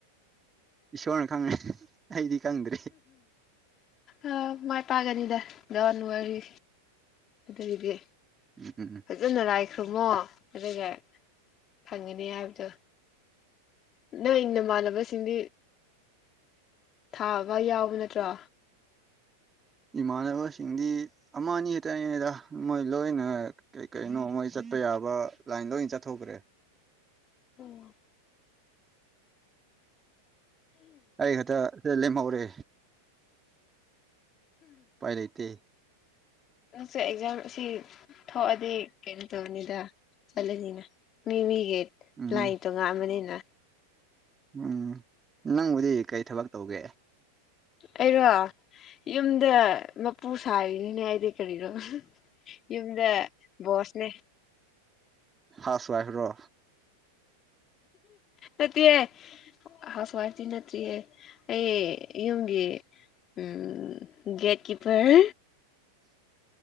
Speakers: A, on the right; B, on the left.
A: ꯏꯁꯣꯔꯅ ꯈꯪꯒꯅꯤ ꯑꯩꯗꯤ ꯈꯪꯗ꯭ꯔꯦ꯫
B: ꯑꯥ ꯃꯥꯏ ꯄꯥꯛꯒꯅꯤꯗ ꯗꯣꯟ ꯋꯥꯔꯤ꯫ ꯑꯗꯨꯒꯤꯗꯤ꯫
A: <unintelligible>
B: ꯐꯖꯅ ꯂꯥꯏꯈꯨꯔꯨꯝꯃꯣ ꯑꯗꯨꯒ ꯐꯪꯒꯅꯤ ꯍꯥꯏꯕꯗꯣ꯫ ꯅꯣꯏ ꯅꯃꯥꯟꯅꯕꯁꯤꯡꯗꯤ꯫ ꯊꯥꯕ ꯌꯥꯎꯕ ꯅꯠꯇ꯭ꯔꯣ꯫
A: ꯏꯃꯥꯟꯅꯕꯁꯤꯡꯗꯤ꯫ ꯑꯃ ꯑꯅꯤ ꯈꯛꯇꯅꯤꯗ ꯃꯣꯏ ꯂꯣꯏꯅ ꯀꯩ ꯀꯩꯅꯣ ꯃꯣꯏ ꯆꯠꯄ ꯌꯥꯕ ꯂꯥꯏꯟ ꯂꯣꯏ ꯆꯠꯊꯣꯛꯈ꯭ꯔꯦ꯫
B: ꯎꯝ꯫
A: ꯑꯩ ꯈꯛꯇ ꯂꯦꯝꯍꯧꯔꯦ꯫ ꯎꯄꯥꯏ ꯂꯩꯇꯦ
B: ꯅꯪꯁ‌ꯦ ꯑꯦꯛꯖꯥꯝ ꯑꯁꯤ꯫ ꯊꯣꯛꯑꯗꯤ ꯀꯩꯅꯣ ꯇꯧꯅꯤꯗ ꯆꯠꯂꯅꯤꯅ ꯃꯤ ꯃꯤꯒꯤ꯫
A: ꯎꯝ
B: ꯂꯥꯏ ꯇ‌ꯣꯉꯥꯟꯕꯅꯤꯅ꯫
A: ꯎꯝ ꯅꯪꯕꯨꯗꯤ ꯀꯩ ꯊꯕꯛ ꯇꯧꯒꯦ꯫
B: ꯑꯩꯔꯣ ꯌꯨꯝꯗ ꯃꯄꯨ ꯁꯥꯔꯤꯅꯤꯅꯦ ꯑꯩꯗꯤ ꯀꯔꯤꯔꯣ꯫ ꯌꯨꯝꯗꯥ ꯕꯣꯁꯅꯦ꯫
A: ꯍꯥꯎꯁ ꯋꯥꯏꯐ ꯔꯣ꯫
B: ꯅꯠꯇꯦ ꯍ‌ꯦ ꯍꯥꯎꯁ ꯋꯥꯏꯐꯗꯤ ꯅꯠꯇꯔꯤꯌꯦ꯫ ꯑꯩ ꯌꯨꯝꯒꯤ ꯎꯝ ꯒꯦꯠꯀꯤꯄꯔ꯫